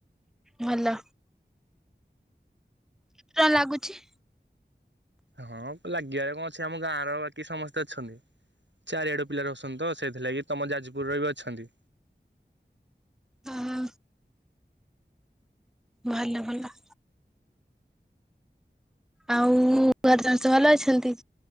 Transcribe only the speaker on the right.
ହଁ, ଲାଗିବାରେ କଣ ଅଛି? ଆମ ଗାଁର ବାକି ସମସ୍ତେ ଅଛନ୍ତି। ଚାରିଆଡ ପିଲା ରହସନ୍ ତ ସେଇଥିଲାଗି, ତମ ଯାଜପୁରର ବି ଅଛନ୍ତି।